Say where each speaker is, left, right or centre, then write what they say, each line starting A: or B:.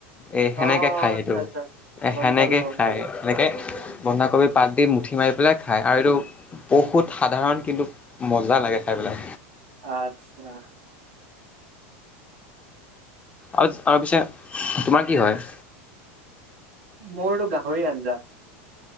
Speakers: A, on the left; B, on the right.
A: এ
B: অ
A: সেনেকে খায়
B: আচ্ছা
A: সেইটো
B: আচ্ছা
A: এ
B: গম
A: সেনেকে
B: পালো গম
A: খায়
B: পালো
A: সেনেকে বন্ধাকবি পাত দি মুঠি মাৰি পেলাই খায় আৰু এইটো বহুত সাধাৰণ কিন্তু মজা লাগে খাই পেলাই।
B: আচ্ছা।
A: আৰু আৰু পিছে তোমাৰ কি হয়?
B: মোৰতো গাহৰি আঞ্জা।